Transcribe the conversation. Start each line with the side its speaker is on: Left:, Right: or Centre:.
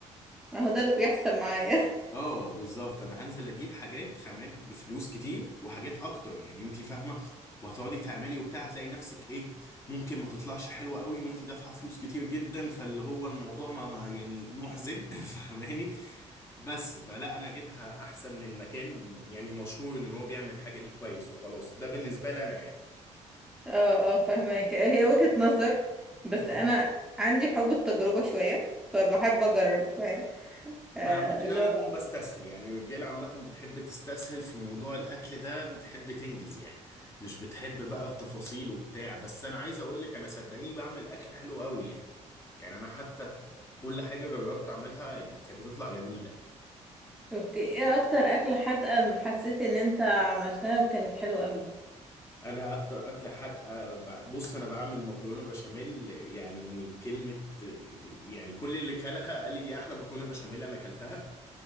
Centre: <laughs> هو ده اللي بيحصل معايا <laughs>
Left: اه بالظبط انا هنزل اجيب حاجات خامات بفلوس كتير وحاجات اكتر يعني انت فاهمه وهتقعدي تعملي وبتاع هتلاقي نفسك ايه ممكن ما تطلعش حلوه قوي وانت دافعه فلوس كتير جدا فاللي هو الموضوع ما ما- يعني محزن <laughs> فاهماني بس فلا انا اجيبها احسن من مكان يعني مشهور ان هو بيعمل الحاجه دي كويس وخلاص ده بالنسبه لي انا
Centre: اه اه فاهمك هي وجهة نظر بس
Left: يعني
Centre: انا عندي حب التجربة شوية فبحب اجرب فاهم
Left: ما
Centre: آه
Left: ممكن
Centre: اللي
Left: انا
Centre: هو
Left: اكون بستسهل يعني الرجاله عامه بتحب تستسهل في موضوع الاكل ده بتحب تنجز يعني مش بتحب بقى التفاصيل وبتاع بس انا عايز اقول لك انا صدقيني بعمل اكل حلو قوي يعني يعني انا حتى كل حاجه جربت اعملها يعني كانت بتطلع جميله
Centre: اوكي ايه اكتر اكلة حادقة حسيت ان انت عملتها وكانت حلوة قوي
Left: انا اكتر اكله حادقه ب- بص انا بعمل مكرونه بشاميل يعني كلمه يعني كل اللي كلها قال لي دي احلى مكرونه بشاميل انا اكلتها